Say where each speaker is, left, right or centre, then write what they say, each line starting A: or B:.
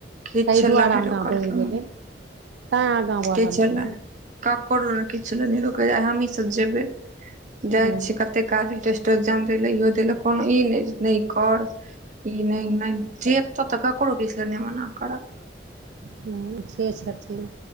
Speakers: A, on the right; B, on the right.
A: किछु
B: तैय
A: लए
B: दुआरे
A: नहि
B: आगाँ
A: रोकलकै
B: बैढ़
A: मने
B: गेलै तै आगाँ बढ़लखिन
A: किछु लए
B: हन
A: ककरो किछ ले नै रोकले आय हमही सभ जेबे जाय
B: हँ
A: छीयै कते काज टेस्ट एग्जाम दैले इहो देलक कोनो इ नैय नैय कर इ नैय नैय जे तब तऽ ककरौ दिस सँ नै मना करत
B: हुँ सऽ छथिन